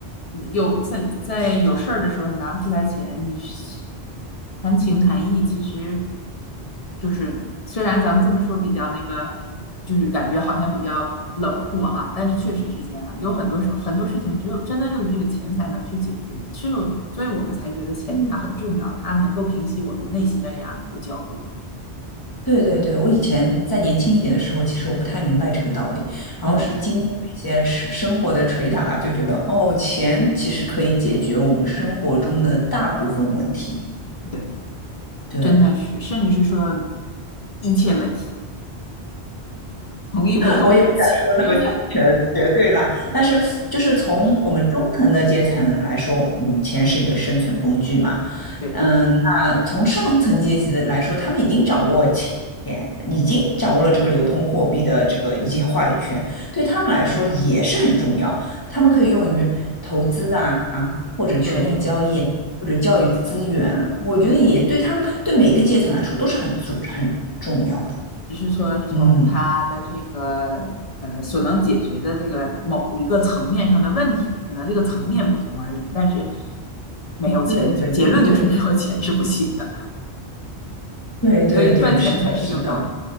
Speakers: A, on the left; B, on the left.
A: 有在在有事儿的时候，你拿不出来钱，你是谈情谈义，其实就是虽然咱们这么说比较那个，就是感觉好像比较冷酷哈，但是确实是这样。有很多时候，很多事情只有真的就是这个钱才能去解决，只有所以我们才觉得钱它很重要，
B: 嗯。
A: 它能够平息我们内心的这样的一个焦虑。
B: 对对对，我以前在年轻一点的时候，其实我不太明白这个道理，然后是经过一些生生活的捶打，
A: 嗯，
B: 就觉得哦，钱其实可以解决我们生活中的大部分问题。
A: 对，
B: 对，
A: 真的是，甚至是说一切问题，同意不同
B: 我也不敢说那么全绝对了，
A: 意？<laughs>
B: 但是就是从我们中层的阶层来说，嗯，钱是一个生存工具嘛，
A: 对。
B: 嗯，那从上层阶级的来说，他们已经掌握钱，已经掌握了这个流通货币的这个一些话语权，对他们来说也是很重要，他们可以用于投资啊，或者权力交易，
A: 对，
B: 或者教育资源，我觉得也对他们对每个阶层来说都是很重很重要的，
A: 只是说从他的这个呃所能解决的这个某一个层面上的问题，
B: 嗯。
A: 可能这个层面不同而已，但是没有钱就结论就是没有钱是不行的，
B: 对对对对，对对对，
A: 所以赚钱才是硬道理。
B: 是的，是的，